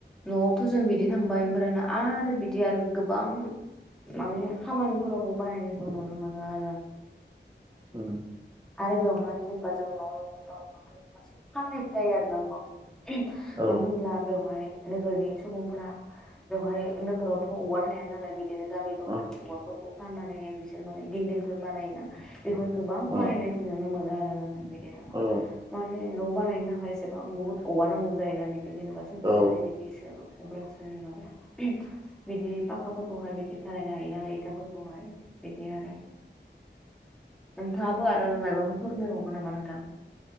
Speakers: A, in the centre; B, on the right.
A: न'आवथ' जों बिदि थांबाय ओमफ्राय आरो बिदि आरो गोबां माने खामानिफोरावबो बाहायनायखौ नुनो मोनो आरो।
B: औ
A: आरो बेवहाय जेनेबा जों नवाव न न मोनसे फाननाय जायो आरो ना औवाखौ। मानो
B: औ
A: होनब्ला बेवहाय नोगोरनि सुबुंफोरा बेवहाय नोगोरावथ' औवा थाया नालाय बिदि बनो गामि दफानि
B: औ
A: औवाफोरखौ फाननानैहाय बिसोर माने बिल्डिंफोर बानायोना बेवहाय गोबां
B: औ
A: बाहायनायखौ नुनो मोनो आरो नोंथां बिदिनो
B: औ
A: माने न' बानायनो थाखाय <unintelligible> एसेबां बहुत औवा नांगौ जायोना बिदि जेनेबा सुंथानानै
B: औ
A: बिदि अब्लासो उनाव बिदि फाखाफोरखौहाय बिदि दालायनो हायो नालाय इथाफोरखौहाय बिदि आरो
B: <inaudible>
A: नोंथाङाबो आरो मायबाफोर फोरमायबावगोन नामा नोंथां?